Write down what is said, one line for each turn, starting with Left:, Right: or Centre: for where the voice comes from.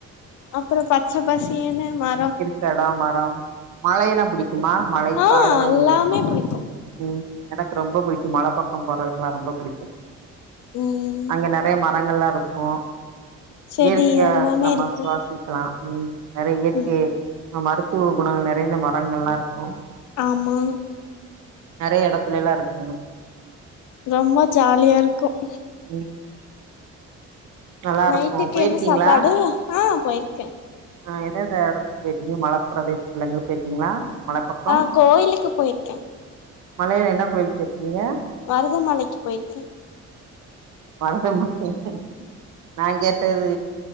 Left: அப்புறோ பச்ச பசேன்னு மா
Right: இருக்க எடம் மரம் மழையெல்லாம் புடிக்குமா
Left: பிடிக்கு
Right: மழை
Left: ஆ
Right: காடெல்லாம்
Left: எல்லாமே
Right: புடிக்குமா
Left: பிடிக்கு
Right: உம் எனக்கு ரொம்ப புடிக்கும் மலப்பக்கம் போறதுல்லா ரொம்ப புடிக்கும்
Left: ம்
Right: இங்க நெறைய மரங்கள்ளா இருக்கு
Left: செடி
Right: இயற்கைய
Left: எல்லாமே
Right: நம்ம
Left: இருக்கு
Right: சுவாசி இருக்கலா ம் நெறைய இயற்கை
Left: ம்
Right: மருத்துவ குணங்கள் நிறைந்த மரங்கள்ளா இருக்கும்
Left: ஆமா
Right: நெறைய இடத்துலல்லா இருக்கும்
Left: ரொம்ப ஜாலியா இருக்கும்
Right: ம் நல்லா
Left: நைட்டுக்கு
Right: இருக்கு போயிருக்கீங்களா
Left: என்ன சாப்பாடு ஆ போயிருக்கே
Right: ஆ எந்த எந்த எடத்துக்கு போயிருக்கீங்க மல பிரதேசத்ல எங்கையாவது போயிருக்கீங்களா மல பக்கோ
Left: ஆ கோயிலுக்கு போயிருக்கே
Right: மலையில என்ன கோயிலுக்கு போய்ருக்கீங்க
Left: மருதமலைக்கு போயிருக்கே
Right: மருத மலை நா கேட்டது